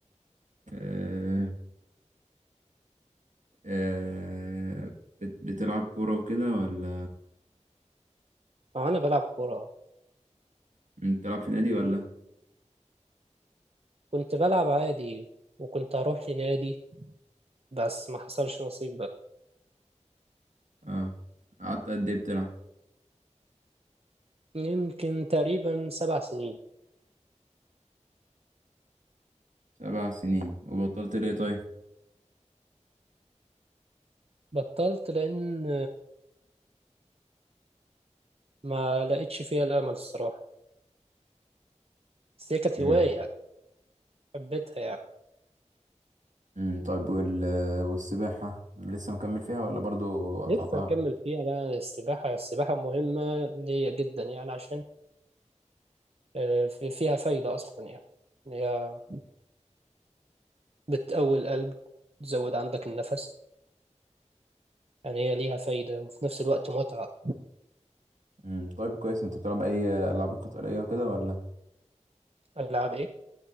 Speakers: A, on the right; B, on the right.
A: أه أه بت- بتلعب كورة وكده ولا
B: آه أنا بلعب كورة
A: بتلعب في نادي ولا؟
B: كنت بلعب عادي وكنت أروح لنادي بس ما حصلش نصيب بقى
A: اه قعدت قد ايه بتلعب
B: يمكن تقريبا سبع سنين
A: سبع سنين وبطلت ليه طيب
B: بطلت لأن ما لقيتش فيها الامل الصراحه بس هي كانت
A: امم
B: هوايه حبيتها يعني
A: امم طيب وال... والسباحة لسه مكمل فيها ولا برضو قطعتها
B: لسه مكمل فيها لا السباحه السباحه مهمه ليا جدا يعني عشان آه، في فيها فايده اصلا يعني هي بتقوي القلب تزود عندك النفس يعني هي ليها فايده وفي نفس الوقت متعه
A: امم طيب كويس انت بتلعب اي العاب قتالية وكده ولا
B: العاب ايه